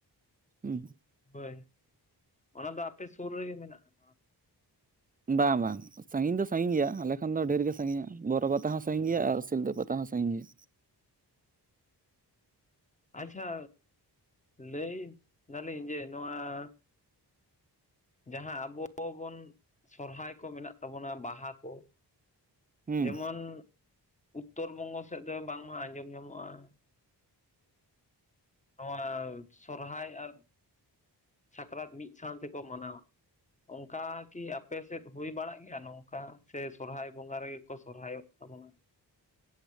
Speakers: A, on the right (about 20°); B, on the left (about 15°).
A: ᱦᱩᱸ ᱾
B: ᱦᱳᱭ, ᱚᱱᱟ ᱫᱚ ᱟᱯᱮ ᱥᱩᱨ ᱨᱮᱜᱮ ᱢᱮᱱᱟᱜᱼᱟ?
A: ᱵᱟᱝ ᱵᱟᱝ ᱾ ᱥᱟᱺᱜᱤᱧ ᱫᱚ ᱥᱟᱺᱜᱤᱧ ᱜᱮᱭᱟ ᱾ ᱟᱞᱮ ᱠᱷᱚᱱᱫᱚ ᱰᱷᱮᱨ ᱜᱮ ᱥᱟᱺᱜᱤᱧᱟ ᱾ ᱵᱚᱨᱚ ᱯᱟᱛᱟ ᱦᱚᱸ ᱥᱟᱺᱤᱧ ᱜᱮᱭᱟ ᱟᱨ ᱥᱤᱞᱫᱟᱹ ᱯᱟᱛᱟ ᱦᱚᱸ ᱾ ᱥᱟᱺᱜᱤᱧ ᱜᱮᱭᱟ
B: ᱟᱪᱪᱷᱟ, ᱞᱟᱹᱭ ᱫᱟᱞᱤᱧ ᱡᱮ ᱱᱚᱣᱟ ᱼᱼ ᱡᱟᱦᱟᱸ ᱟᱵᱚ ᱵᱚᱱ ᱥᱚᱨᱦᱟᱭ ᱠᱚ ᱢᱮᱱᱟᱜ ᱛᱟᱵᱚᱱᱟ ᱵᱟᱦᱟ ᱠᱚ ᱾
A: ᱦᱮᱸ
B: ᱡᱮᱢᱚᱱ ᱩᱛᱛᱚᱨ ᱵᱚᱝᱜᱚ ᱥᱮᱫ ᱫᱚ ᱵᱟᱝᱢᱟ ᱟᱸᱡᱚᱢ ᱧᱟᱢᱚᱜᱼᱟ ᱾ ᱱᱚᱣᱟ ᱥᱚᱨᱦᱟᱭ ᱟᱨ ᱥᱟᱠᱨᱟᱛ ᱢᱤᱫ ᱥᱟᱶᱛᱮ ᱠᱚ ᱢᱟᱱᱟᱣᱟ ᱾ ᱚᱱᱠᱟ ᱠᱤ ᱟᱯᱮ ᱥᱮᱫ ᱦᱩᱭ ᱵᱟᱲᱟᱜ ᱜᱮᱭᱟ ᱱᱚᱝᱠᱟ? ᱥᱮ ᱥᱚᱨᱦᱟᱭ ᱵᱚᱸᱜᱟ ᱨᱮᱜᱮ ᱠᱚ ᱥᱚᱨᱦᱟᱭᱚᱜ ᱛᱟᱵᱚᱱᱟ?